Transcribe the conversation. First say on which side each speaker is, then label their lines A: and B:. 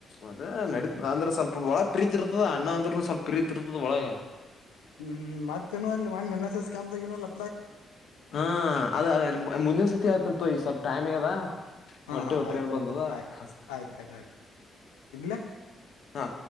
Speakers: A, on the left; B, on the left.
A: ಅದ ನಡ ಅಂದ್ರೆ ಸ್ವಲ್ಪ ಒಳಗ ಪ್ರೀತಿ ಇರ್ತದ ಅಣ್ಣ ಅಂದ್ರೂನು ಸ್ವಲ್ಪ ಪ್ರೀತಿ ಇರ್ತದ ಒಳಗ
B: ಹ್ಮ್ ಹ್ಮ್ ಮತ್ತ್ ಇನ್ ಎನ್ ಎಸ್ ಎಸ್ ಕ್ಯಾಂಪ್ದಾಗ್ ಏನು ಇಲ್ಲ
A: ಹಾ ಅದ ಅದ ಮುಂದಿನ ಸತಿ ಹೇಳ್ತಿನ್ ತಕೊ ಈಗ್ ಸ್ವಲ್ಪ ಟೈಮ್ ಆಗ್ಯದ
B: ಹಾ
A: ಒಂಟಿವ್
B: ಹಾ ಆಯ್ತು
A: ಟ್ರೇನ್ ಬಂದದಾ
B: ಆಯ್ತು
A: ಆಸ್
B: ಆಯ್ತ ಆಯ್ತ ಆಯ್ತು ಇಗ್ಲ
A: ಹಾ